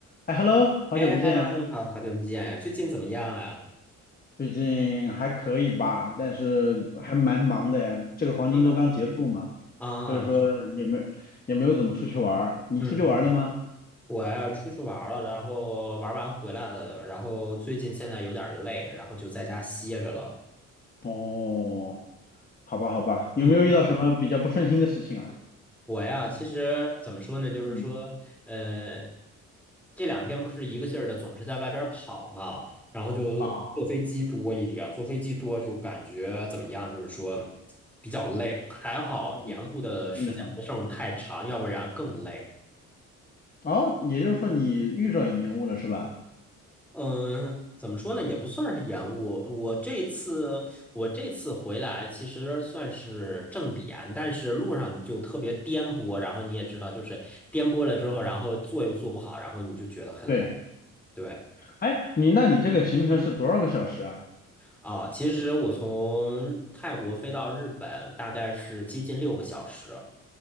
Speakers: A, on the left; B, in the centre.
A: 哎，Hello，好久不见啊，
B: 哎，Hello，你好，好久不见呀，最近怎么样呀？
A: 最近还可以吧？但是还蛮忙的呀，这个黄金周刚结束嘛，
B: 嗯啊，
A: 所以说也没也没有怎么出去玩儿。你出去玩儿了吗？
B: 嗯，我呀出去玩儿了，然后玩完回来的，然后最近现在有点儿累，然后就在家歇着了。
A: 哦，好吧，好吧，有没有遇到什么比较不顺心的事情啊？
B: 嗯，我呀，其实怎么说呢，就是说，
A: 嗯，
B: 呃，这两天不是一个劲儿的总是在外边儿跑嘛，然后就坐飞机多一点，
A: 啊，
B: 坐飞机多就感觉怎么样，就是说比较累，还好延误的时间不剩太长，
A: 嗯，听着很，
B: 要不然更累。
A: 哦，也就是说你遇着延误了是吧？
B: 嗯，怎么说呢，也不算是延误。我这次我这次回来，其实算是正点，但是路上就特别颠簸。然后你也知道，就是颠簸了之后，然后坐又坐不好，然后你就觉得很累。
A: 对，
B: 对，
A: 哎，你那你这个行程是多少个小时啊？
B: 啊，其实我从泰国飞到日本大概是接近六个小时。